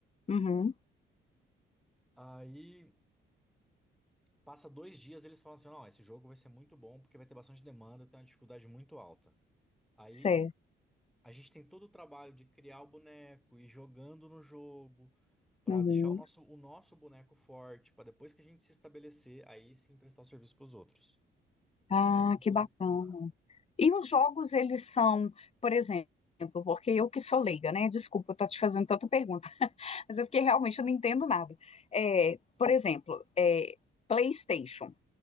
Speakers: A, on the left (about 30°); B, in the centre.
A: Uhum,
B: Aí passa dois dias eles falam assim, não, esse jogo vai ser muito bom porque vai ter bastante demanda, tem uma dificuldade muito alta. Aí
A: sei.
B: A gente tem todo o trabalho de criar o boneco e jogando no jogo para
A: Uhum.
B: deixar o Uhum. nosso, o nosso boneco forte, para depois que a gente se estabelecer, aí sim prestar o serviço para os outros.
A: Ah,
B: Com todo
A: que bacana.
B: esse trabalho.
A: E os jogos, eles são, por exemplo, porque eu que sou leiga, né? Desculpa, eu tô te fazendo tanta pergunta, <laughs> mas é porque realmente eu não entendo nada. É, por exemplo, é, PlayStation.